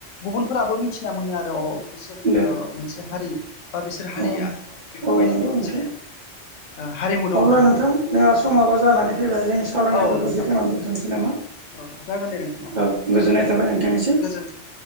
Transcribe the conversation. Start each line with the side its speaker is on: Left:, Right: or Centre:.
Left: गुबुनफोराबो मिथिना मोनो आरो अ बिसोर
Right: दे
Left: ओ मोनसे हारि बा बिसोर हारिया
Right: औ
Left: बेफोरबायदिनो
Right: औ नंगौ
Left: मोनसे
Right: नोंथां
Left: ओ हारिमु दं
Right: अब्ला
Left: होननानै
Right: नोंथां जोंहा समाबो जानानै फैबाय जोंनि सावरायनांगौखौ
Left: औ नोंथां
Right: बे खनानै दोनथ'नोसै नामा
Left: औ जागोन दे नोंथां
Right: औ गोजोननाय थाबाय नोंथां निसिम
Left: गोजोन्थों।